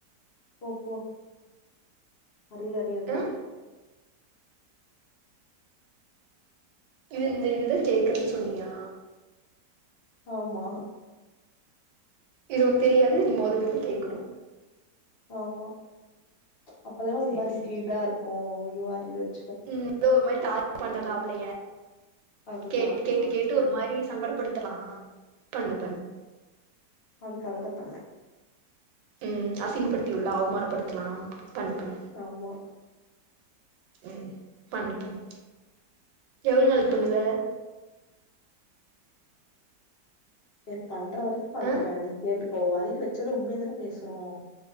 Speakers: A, on the left (about 65°); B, on the right (about 80°).
A: போ போ அரியர் அரியர்
B: ஆ
A: தா
B: இது இந்த இதுதா கேக்குறேன்னு சொன்னியா
A: ஆமா
B: இது உனக்கு தெரியாது நீ மொதல்ல இருந்து கேட்கணு
A: ஆமா அப்பதானே ஒரு
B: சேரி
A: மாரி
B: சேரி
A: கி இதா இருக்கு யூ ஆர் இருவது
B: ம் எதோ ஒரு மாரி டார்க் பண்ணலா அவளைய
A: அதுதா
B: கேட்
A: அதுதா
B: கேட்டு கேட் ட்டு ஒரு மாரி சங்கடப்படுத்தலா பண்ணு பண்ணு
A: அதுக்காக தாபண்ணேன்
B: ம் அசிங்கப்படுத்திவுட்ல அவமானப்படுத்தலாம் பண்ணு பண்ணு
A: ஆமா
B: ம் பண்ணு பண்ணு எவ்வளோ நாளைக்கு பண்ணுவ
A: ஏ பண்ற வரைக்கு பண்ற
B: ஆ
A: நீ கேட்டுக்கோ <unintelligible> வச்சத உண்மைய தான பேசுறோம்